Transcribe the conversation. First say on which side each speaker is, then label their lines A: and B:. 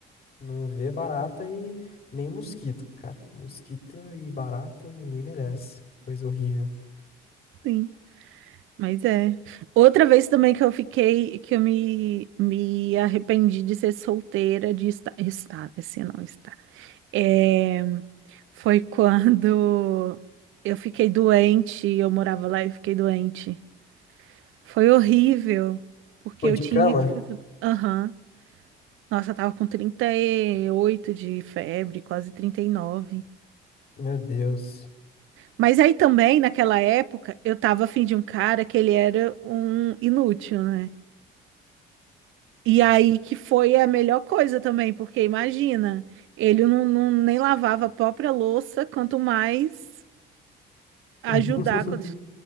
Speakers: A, on the left; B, on the right.
A: Não vê barata e nem mosquito, cara. Mosquito e barata ninguém merece. Coisa horrível.
B: Sim, mas é. Outra vez também que eu fiquei, que eu me, me arrependi de ser solteira, de estar, estar, esse não está. É, foi quando eu fiquei doente, eu morava lá e eu fiquei doente. Foi horrível, porque
A: Pô,
B: eu
A: de
B: tinha
A: cama?
B: que fazer. Aham. Nossa, eu tava com 38 de febre, quase 39.
A: Meu Deus.
B: Mas aí também, naquela época, eu tava afim de um cara que ele era um inútil, né? E aí que foi a melhor coisa também, porque imagina, ele não, não- nem lavava a própria louça, quanto mais ajudar.
A: <laughs>
B: quanto-